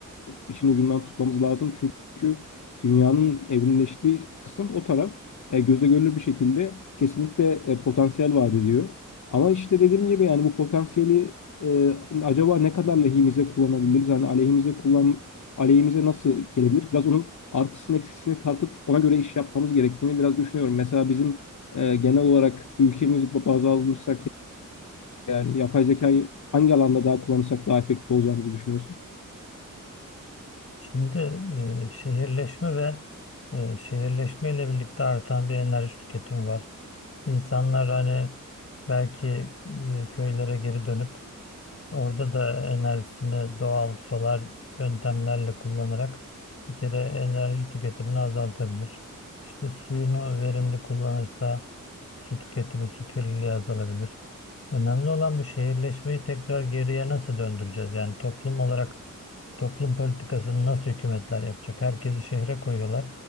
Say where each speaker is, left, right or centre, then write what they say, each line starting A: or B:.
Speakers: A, on the left; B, on the left.
A: işin ucundan tutmamız lazım. Çünkü dünyanın evrimleştiği kısım o taraf. E, gözle görülür bir şekilde kesinlikle e, potansiyel vaat ediyor. Ama işte dediğim gibi yani bu potansiyeli e, acaba ne kadar lehimize kullanabiliriz? Hani aleyhimize kullan aleyhimize nasıl gelebilir? Biraz onun artısını eksisini tartıp ona göre iş yapmamız gerektiğini biraz düşünüyorum. Mesela bizim e, genel olarak ülkemiz baz alırsak yani yapay zekayı hangi alanda daha kullanırsak daha efektif olacağımızı düşünüyorsun?
B: Şimdi e, şehirleşme ve e, şehirleşmeyle birlikte artan bir enerji tüketimi var. İnsanlar hani belki e, köylere geri dönüp Orada da enerjisini doğal solar yöntemlerle kullanarak bir kere enerji tüketimini azaltabilir. İşte suyunu verimli kullanırsa su tüketimi, su kirliliği azalabilir. Önemli olan bu şehirleşmeyi tekrar geriye nasıl döndüreceğiz? Yani toplum olarak toplum politikasını nasıl hükümetler yapacak? Herkesi şehre koyuyorlar.